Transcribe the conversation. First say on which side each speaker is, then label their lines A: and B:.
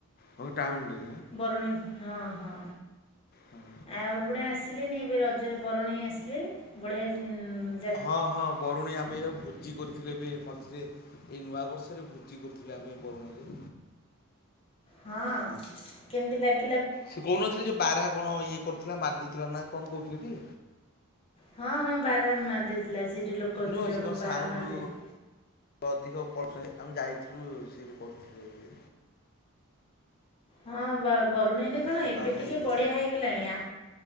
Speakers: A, on the left (about 40°); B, on the left (about 25°).
A: ହଉ ଟାଉନରେ
B: ବରୁଣେଇ ହଁ ହଁ।
A: ହଁ।
B: ଆଉ ପଣ ଆସିଲେନି ଏବେ ରଜରେ ବରୁଣେଇ ଆସିଲେନି ବଢ଼ିଆ ହେଇ
A: ହଁ ହଁ ବରୁଣେଇ ଆମେ ଏଇଆ ଭୋଜି କରି ଥିଲେ ଏବେ ମଝିରେ ଏଇ ନୂଆବର୍ଷରେ ଭୋଜି କରୁଥିଲୁ ଆମେ ବରୁଣେଇରେ।
B: ହଁ କେମିତି ଲାଗ
A: ସେ କହୁନଥିଲେ ଯେ ବାରହା କଣ ଇଏ କରୁଥିଲା ମାରିଦେଉଥିଲା ନା କଣ କହୁଥିଲେ ଟି।
B: ହଁ ହଁ ବାରାହା ମାରି ଦେଇଥିଲା ସେଇଠୁ ଲୋକ
A: ନୁହଁ
B: ଦୁଇ ଜଣଙ୍କୁ
A: ସେ କଣ ସାଉଣ୍ଡୁ
B: ବାରା ମାରିଦେଇଥିଲା
A: ଅଧିକ ପ ଥାଏ ଆମେ ଯାଇଥିଲୁ ସେଇଠି କରୁଥିଲୁ ଏଇ
B: ହଁ ବ ବରୁଣେଇରେ କଣ ଏବେ
A: ବାରାହା
B: ଟିକେ
A: ଇଏ କ
B: ବଢିଆ ହେଇଗଲାଣି ଆ